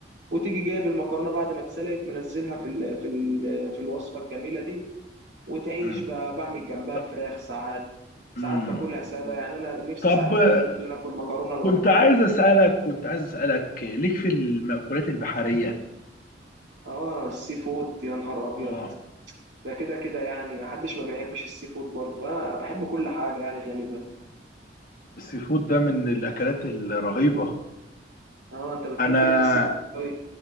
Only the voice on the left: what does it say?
مم.
مم.
طب
مم.
طب
آه،
كنت عايز أسألك كنت عايز أسألك آه، ليك في المأكولات البحرية
اه
السي فود ده من الأكلات الرهيبة
أنا